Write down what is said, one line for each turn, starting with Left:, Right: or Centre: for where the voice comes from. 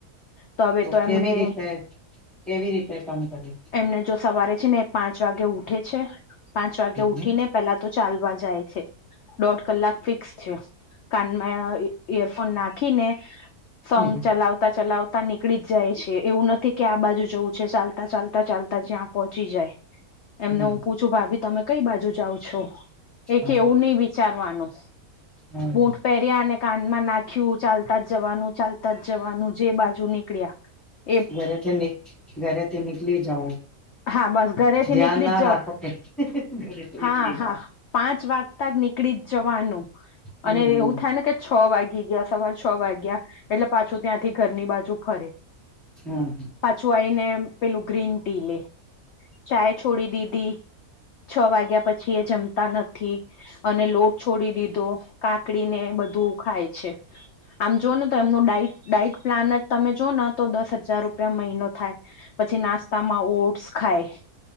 Left: તો હવે તો
Centre: કેવી
Left: એમને
Centre: રીતે કેવી રીતે કામ કર્યું
Left: એમને જો સવારે છે ને. પાંચ વાગે ઉઠે છે પાંચ વાગે ઉઠી
Centre: હમ
Left: ને પેલા તો ચાલવા જાય છે. દોઢ કલાક ફિક્સ છે કાનમાં ઈયરફોન નાખીને. સોંગ
Centre: હમ
Left: ચલાવતા ચલાવતા ચલાવતા નીકળી જાય છે એવું નથી કે આ બાજુ જવું છે ચાલતા ચાલતા ચાલતા જ્યાં પહોંચી જાય. એમને
Centre: હમ
Left: હું પૂછું ભાભી તમે કઈ બાજુ જાવ છો એકે
Centre: હમ
Left: એવું નહી. વિચારવાનું.
Centre: હમ.
Left: બૂટ પહેર્યા અને કાનમાં નાખ્યું ચાલતા જ જવાનું ચાલતા જ જવાનું જે બાજુ નીકળ્યા. <unintelligible>
Centre: ઘરેથી ઘરેથી નીકળી જઓ
Left: હા બસ ઘરેથી
Centre: ધ્યાન
Left: નીકળી
Centre: ના
Left: જ જાવ
Centre: રાખો કે. ઘરેથી નીકળી
Left: હા હા
Centre: જાઓ.
Left: પાંચ વાગતા જ નીકળી જ જવાનું
Centre: હમ
Left: અને એવું થાય ને કે. છ વાગી ગયા સવાર છ વાગ્યા એટલે પાછું ત્યાંથી ઘરની બાજુ ફરે.
Centre: હા.
Left: પાછું આઈને પેલું ગ્રીન ટી લે. ચાય છોડી દીધી છ વાગ્યા પછી એ જમતા નથી અને લોટ છોડી દીધો કાકડીને બધું ખાય છે. આમ જો ને તો એમનું ડાઈટ પ્લાન જ તમે જો ને તો દસ હજાર રૂપિયા મહિનો થાય. પછી નાસ્તામાં ઓટ્સ ખાય